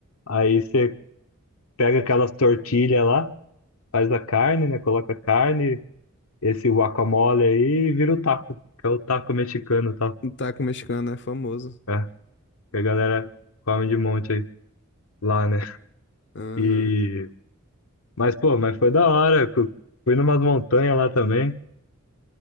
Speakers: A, on the left (about 80°); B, on the left (about 55°).
A: Aí você pega aquelas tortilhas lá, faz a carne, né? Coloca a carne, esse guacamole aí e vira o taco, que é o taco mexicano e tal.
B: O Taco mexicano é famoso.
A: É, que a galera come de monte aí lá, né?
B: Aham.
A: E... Mas, pô, mas foi da hora. cu- Fui numas montanhas lá também.